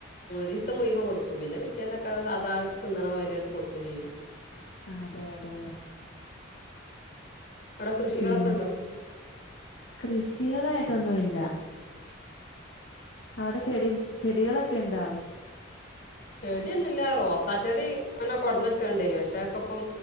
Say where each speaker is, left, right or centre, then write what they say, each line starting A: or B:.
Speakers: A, on the left; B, on the left.
A: ദിവസം മുഴുവം കൊടുക്കും പിന്നെ പിറ്റേന്നൊക്കെ സാധാ നിന്നാണ മാതിരിയാടുത്ത് കൊടുക്കും ചെയ്യും
B: ആഹ് അതെ അതെ
A: അവിടെ കൃഷികളൊക്കെ
B: പിന്നെ
A: ഉണ്ടോ
B: കൃഷികളായിട്ടൊന്നുമല്ല അവിടെ ചെടി ചെടികളൊക്കെ ഉണ്ടോ
A: ചെടിയൊന്നുല്ല റോസാ ചെടി അങ്ങനെ കൊടന്ന വെച്ച പക്ഷേക്കെ ഇപ്പം